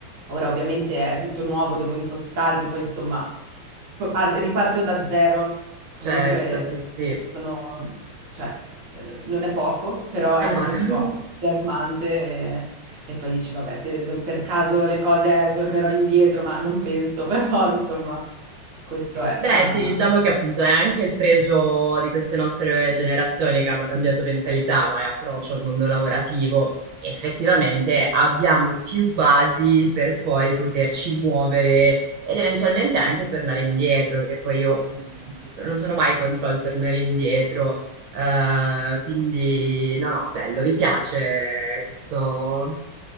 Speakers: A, on the right; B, on the right.
A: Ora ovviamente è tutto nuovo, devo impostarmi, poi insomma p- par- riparto da zero.
B: <laughs>
A: Comunque
B: Certo, sì, sì.
A: sono, cioè, eh, no, non è poco, però è
B: Eh
A: anche
B: no. <laughs>
A: un po' entusiasmante e, e poi dici, vabbè, se per caso le cose tornerò indietro, ma non penso, <laughs> però insomma, questo è.
B: Beh,
A: Ma
B: sì, diciamo che appunto è anche il pregio di queste nostre generazioni che hanno cambiato mentalità, no, e approccio al mondo lavorativo. Effettivamente abbiamo più basi per poi poterci muovere ed eventualmente anche tornare indietro, che poi io mh, nel senso, non sono mai contro il tornare indietro. eh, quindi, no, no, bello, mi piace questo,